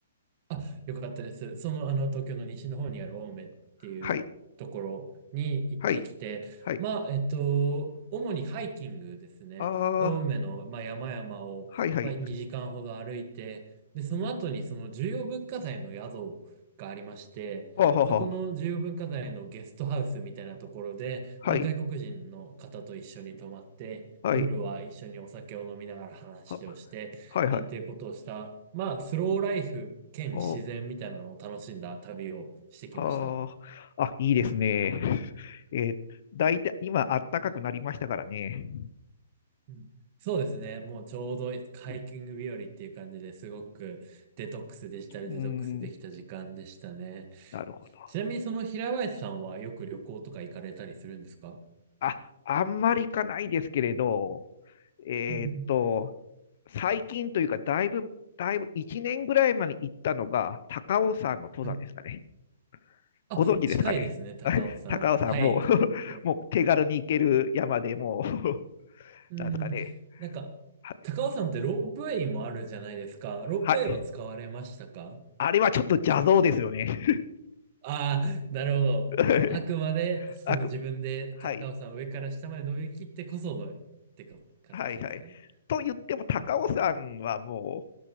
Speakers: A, on the right; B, on the left.
A: あ、よかったです。その、あの、東京の西の方にある青梅っていうところに行ってきて、
B: はい、はい、はい。
A: まあ、えっと、主にハイキングですね。
B: ああ、
A: 青梅の、まあ、山々を、
B: はい、はい。
A: まあ、2時間ほど歩いて、で、その後にその重要文化財の宿がありまして、
B: はあ、はあ、
A: そこの重要文化財のゲストハウスみたいなところで、
B: はあ、
A: まあ、
B: はい、
A: 外国人の方と一緒に泊まって、
B: はい、
A: 夜は一緒にお酒を飲みながら話をして、
B: は、はい、
A: なんていうことをした、
B: はい。
A: まあ、スローライフ兼自然みたいなのを楽しんだ旅をしてきました。
B: お、はあ、あ、いいですね。<laughs> えー、だいたい今、暖かくなりましたからね。
A: うんそうですね。もうちょうどハイキング日和っていう感じですごくデトックス、
B: うん、
A: デジタルデトックスできた時間でしたね。
B: うーんなるほど。
A: ちなみにその平林さんはよく旅行とか行かれたりするんですか
B: あ、あんまり行かないですけれど、えーっと、
A: うんうん
B: 最近というか、だいぶ、だいぶ1年ぐらい前に行ったのが、高尾山の登山ですかね。
A: はい。あ、
B: ご存知ですかね。
A: 近いですね、高尾さん。
B: 高尾山も
A: はい。
B: <laughs>
A: わかる。
B: もう手軽に行ける山でもう <laughs>
A: うん。
B: なんですかね。
A: なんか、
B: は、
A: 高尾さんってロープウェイもあるじゃないですか。ロープウェイは使われましたか
B: はい。あれはちょっと邪道ですよね。
A: ああ、なるほど。
B: <laughs>
A: もうあくまでその自分で高尾さん上から下まで伸びきってこそのってか形ですかね。
B: あく、はい、はい、はい。と言っても、高尾山はもう、